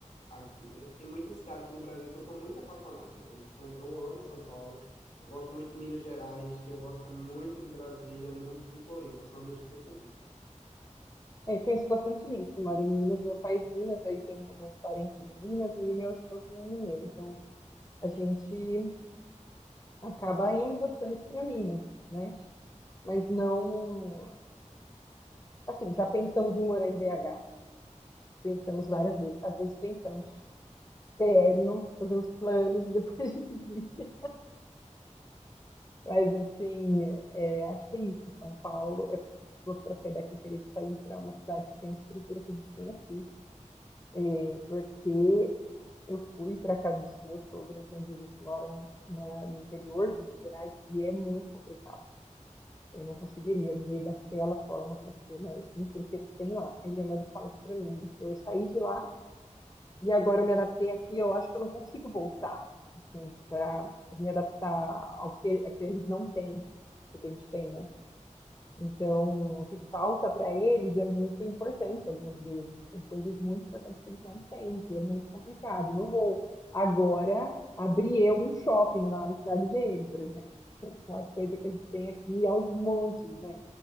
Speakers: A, on the left; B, on the left.
A: aqui, né? Tem muitas cidades no Brasil que eu sou muito apaixonado. Eu, sou- eu amo São Paulo. Eu gosto muito de Minas Gerais, eu gosto muito de Brasília, muito de Floripa, são as minhas preferidas.
B: É, conheço bastante gente que mora em Minas. Meu pai é de Minas, aí tem alguns parentes em Minas e meu esposo é mineiro. Então a gente acaba indo bastante para Minas, né? Mas não, assim, já pensamos em morar em BH. Pensamos várias vezes. Às vezes pensamos, sério, fazemos planos e depois <laughs> a gente desiste. Mas, assim, é, acho que é isso. São Paulo, é, se fosse para sair daqui, teria que sair para uma cidade que tem a estrutura que a gente tem aqui. É, Porque eu fui para a casa dos meus sogros, onde eles moram na- no interior de Minas Gerais, e é muito complicado. Eu não conseguiria viver daquela forma com aquela estrutura que eles têm lá. E minha mãe fala isso para mim. ele falou, Eu saí de lá e agora eu me adaptei aqui, eu acho que eu não consigo voltar, assim, para me adaptar ao que, a que eles não têm, o que a gente tem, né? Então, o que falta para eles é muito importante algumas vezes. Tem coisas muito importantes que eles não têm, que é muito complicado. Não vou agora abrir algum shopping lá na cidade dele, por exemplo. <laughs> Uma coisa que a gente tem aqui aos montes, né?